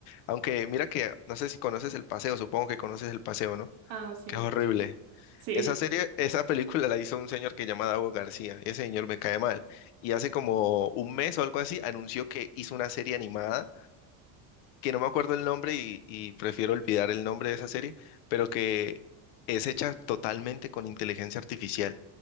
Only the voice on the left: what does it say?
Aunque mira que, no sé si conoces El Paseo, supongo que conoces El Paseo, ¿no?
Que es horrible.
Esa
serie, esa película la hizo un señor que se llama Davo García, y ese señor me cae mal. Y hace como un mes o algo así anunció que hizo una serie animada, que no me acuerdo el nombre y, y prefiero olvidar el nombre de esa serie, pero que es hecha totalmente con inteligencia artificial